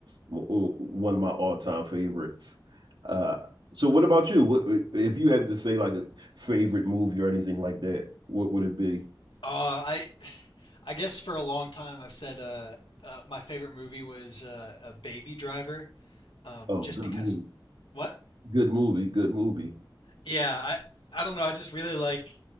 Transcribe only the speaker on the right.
one of my all-time favorites. Uh, so what about you? What, if you had to say like a favorite movie or anything like that, what would it be?
Oh,
good
movie.
Good movie, good movie.